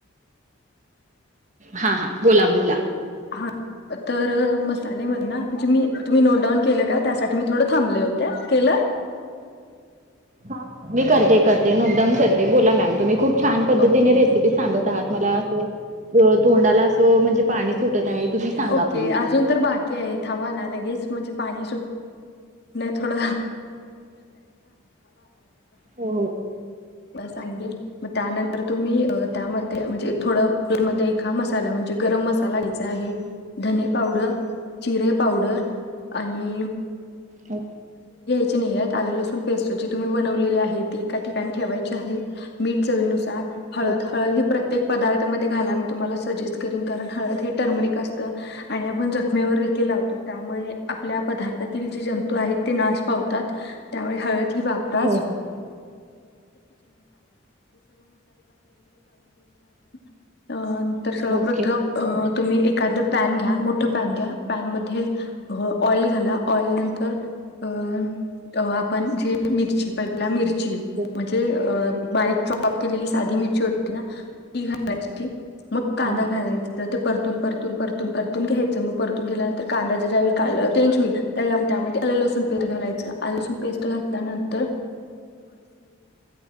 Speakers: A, on the right; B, on the left.
A: हा हा बोला बोला.
B: हा तर मसाले मधन ना म्हणजे मी तुम्ही नोट डाऊन केले का? त्यासाठी मी थोडं थांबले होते, केलं?
A: ह, मी करते-करते नोटडाऊन करते. बोला मॅम, तुम्ही खूप - छान पद्धतीने,
B: ओके
A: रेसिपी सांगत आहात. मला अस तोंडाला पाणी सुटत आहे तुम्ही सांगा
B: ओके,
A: प्लीज
B: अजून तर बाकी आहे. थांबा ना, लगेच म्हणजे? पाणी सुटन थोड <unintelligible>
A: हो
B: <unintelligible> धने पावडर, जिरे पावडर आणि...
A: हो
B: <unintelligible> <unintelligible>
A: ओ ओ
B: आणि आपण जखमेवर देखील लावतो. त्यामुळे आपल्या पदार्थातील जे जंतू आहेत ते नाश पावतात त्यामुळे हळद... ती वापराच.
A: हो हो
B: <unintelligible> तर सर्वप्रथम,
A: ओके
B: तुम्ही एक - <unintelligible> <unintelligible>
A: ओके
B: <unintelligible>
A: हां
B: तर ते परतून परतून परतून तुम परतून घ्यायचा मग परतून गेल्यानंतर कांद्याच्या ज्यावेळेस कलर चेंज होईल त्यानंतर आलं लसूण पेस्ट घालायचं आलं लसूण पेस्ट घातल्यानंतर